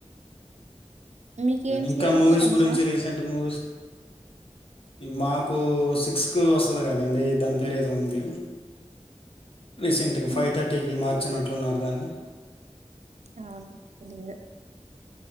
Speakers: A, on the right; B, on the left.
A: మీకు ఏం
B: ఇంకా
A: సీరియల్
B: మూవీస్
A: ఇష్టం
B: గురించి
A: సార్
B: రీసెంట్ మూవీస్ మాకు సిక్స్కి వస్తుంది కదండి దాని పేరు ఏదో ఉంది రీసెంట్
A: ఉమ్,
B: ఫైవ్ థర్టీకి మార్ న్నట్లున్నారు దాన్ని
A: అవునా తెలియాద్